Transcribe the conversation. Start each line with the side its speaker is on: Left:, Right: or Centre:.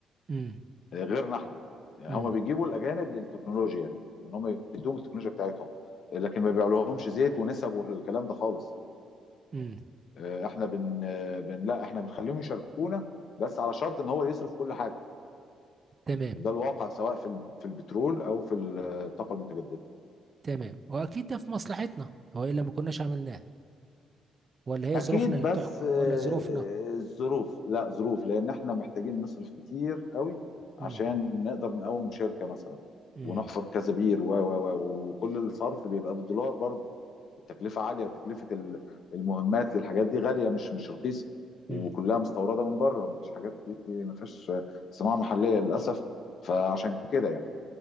Right: امم
Left: غيرنا احنا يعني
Right: امم
Left: هم بيجيبوا الاجانب للتكنولوجيا ان هم يدوم التكنولوجيا بتاعتهم لكن ما بيعلوهمش زيت ونسب والكلام ده خالص
Right: امم
Left: آه، احنا بن, آه، بن لا احنا بنخليهم يشاركونا بس على شرط ان هو يصرف كل حاجه
Right: تمام
Left: وده الواقع سواء في في البترول او في الطاقه المتجدده
Right: تمام واكيد ده في مصلحتنا والا ما كناش عملناه ولا هي
Left: اكيد
Right: ظروفنا اللي
Left: بس
Right: بتحكم ولا
Left: آه،
Right: ظروفنا
Left: الظروف لا ظروف لان احنا محتاجين نصرف كتير قوي عشان
Right: امم
Left: نقدر نقوم شركه مثلا
Right: امم
Left: ونحفر كذا بير و و و وكل الصرف بيبقى بالدولار برضو التكلفه عاليه وتكلفه ال- المهمات للحاجات دي غاليه مش مش رخيصه وكلها
Right: امم
Left: مستورده من بره مفيش حاجات دي دي- مفيش صناعه محليه للاسف فعشان كده يعني